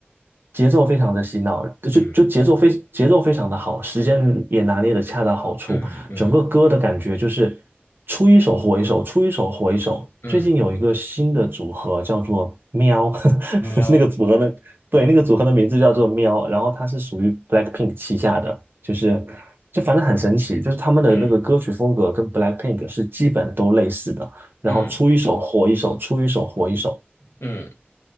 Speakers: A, on the right; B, on the left.
A: 节奏非常的洗脑，就就节奏非节奏非常的好，
B: 嗯
A: 时间也拿捏的恰到好处，
B: 嗯嗯
A: 整个歌的感觉就是出一首火一首，出一首火一首。
B: 嗯，
A: 最近有一个新的组合叫做喵，<laughs>
B: 喵，
A: 那个组合的对那个组合的名字叫做喵，然后它是属于 BLACKPINK 旗下的，就是就反正很神奇，就是他们的那个歌曲风格跟
B: 嗯
A: BLACKPINK 是基本都类似的，然后出一首火一首，
B: 嗯
A: 出一首火一首。
B: 嗯。